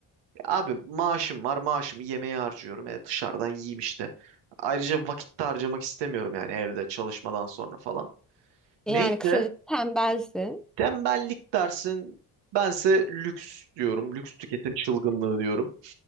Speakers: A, on the right; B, in the centre.
A: abi maaşım var maaşımı yemeğe harcıyorum. E, dışarıdan yiyeyim işte. Ayrıca vakit de harcamak istemiyorum yani evde çalışmadan sonra falan.
B: Yani
A: Neyse
B: kısaca tembelsin.
A: tembellik dersin bense lüks diyorum. Lüks tüketim çılgınlığı diyorum.